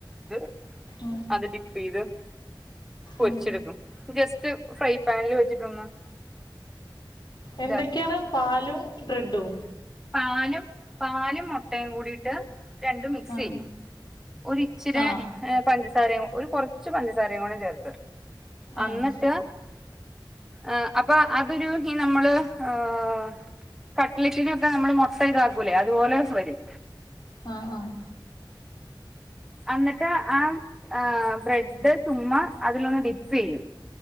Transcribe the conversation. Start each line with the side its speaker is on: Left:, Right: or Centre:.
Centre: ഇത്
Left: ഉം
Centre: അത് ഡിപ്പേയ്ത് പൊരിച്ചെടുക്കും.
Left: ഉം
Centre: ജസ്റ്റ് ഫ്രൈ പാനില് വെച്ചിട്ടൊന്ന്
Left: എന്തൊക്കെയാണ്?
Centre: ഇതാക്കി
Left: പാലും ബ്രെഡും
Centre: പാലും പാലും മുട്ടേം കൂടിയിട്ട് രണ്ടും മിക്സ്
Left: ആഹ്
Centre: ചെയ്യും ഒരിച്ചിരെ
Left: ആഹ്
Centre: പഞ്ചസാരയും ഒരു കൊർച്ച് പഞ്ചസാരയും കൂടെ ചേർത്ത്
Left: ആഹ്
Centre: അന്ന്ട്ട് ഏഹ് അപ്പൊ അതൊരു ഈ നമ്മള് ഏഹ് <unintelligible> കട്ട്ലറ്റിനൊക്കെ നമ്മൾ മുട്ട ഇതാക്കൂല്ലേ അതുപോലെ വരും..
Left: ആഹ് ആഹ്
Centre: അന്നിട്ട് ആ ആ ബ്രെഡ് ചുമ്മ അതിലൊന്ന് ഡിപ്പെയ്യും..